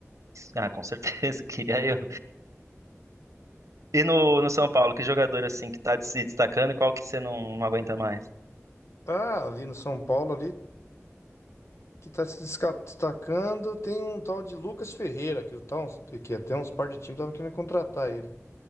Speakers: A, on the right; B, on the left.
A: Ah, com certeza, <laughs> queria eu. E no, no São Paulo, que jogador assim que tá se destacando e qual que você não, não aguenta mais?
B: Ah, ali no São Paulo, ali, que tá se desca- destacando, tem um tal de Lucas Ferreira, que, o tal, que até uns par de times estavam querendo contratar ele.